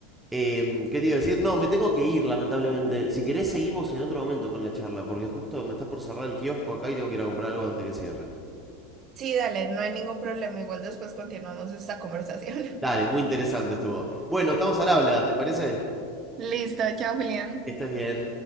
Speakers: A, in the centre; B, on the right (about 25°).
A: Eh, ¿Qué te iba a decir? No, me tengo que ir, lamentablemente. Si querés, seguimos en otro momento con la charla, porque justo me está por cerrar el kiosco acá y tengo que ir a comprar algo antes que cierre.
B: Sí, dale, no hay ningún problema, igual después continuamos esta conversación.
A: Dale, muy interesante estuvo. Bueno, estamos al habla, ¿te parece?
B: <laughs> Listo, chao, Julián.
A: Que estés bien.